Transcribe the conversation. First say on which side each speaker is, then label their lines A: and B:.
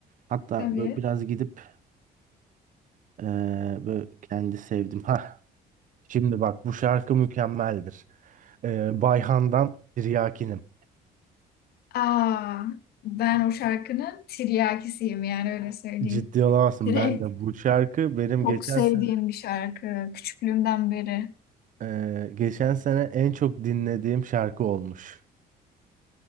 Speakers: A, on the right; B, on the left.
A: Hatta
B: Tabii.
A: böyle biraz gidip ee, böyle kendi sevdim. Ha, şimdi bak bu şarkı mükemmeldir. Ee, Bayhan'dan Tiryakinim.
B: Aa, ben o şarkının tiryakisiyim yani öyle söyleyeyim.
A: Ciddi olamazsın
B: Direkt
A: ben de bu şarkı benim
B: çok
A: geçen
B: sevdiğim
A: sene,
B: bir şarkı. Küçüklüğümden beri.
A: ee, geçen sene en çok dinlediğim şarkı olmuş.